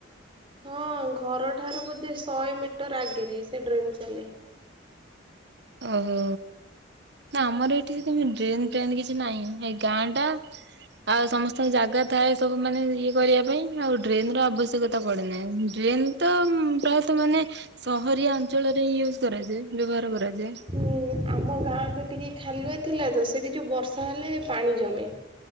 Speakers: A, on the right; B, on the right.
A: ହଁ ଘରଠାରୁ ବୋଧେ ଶହେ ମିଟର ଆଗରେ ସେ ଡ୍ରେନ୍ ଚାଲେ।
B: ଓହୋ, ନା ଆମର ଏଠି ସେମତି ଡ୍ରେନ ଫ୍ରେନ୍ କିଛି ନାହିଁ ଏ ଗାଁ ଟା। ଆଉ ସମସ୍ତଙ୍କ ଜାଗା ଥାଏ ସବୁ ମାନେ ଇଏ କରିବା ପାଇଁ ଆଉ ଡ୍ରେନ ର ଆବଶ୍ୟକତା ପଡେ ନାହିଁ, ଡ୍ରେନ ତ ପ୍ରାୟତଃ ମାନେ ସହରିଆ ଅଞ୍ଚଳରେ ହିଁ ୟୁଜ କରାଯାଏ ବ୍ୟବହାର କରାଯାଏ।
A: ହୁଁ ଆମ ଗାଁ ଟା ଟିକେ ଖାଲୁଆ ଥିଲା ତ ସେଠି ଯୋଉ ବର୍ଷା ହେଲେ ପାଣି ଜମେ।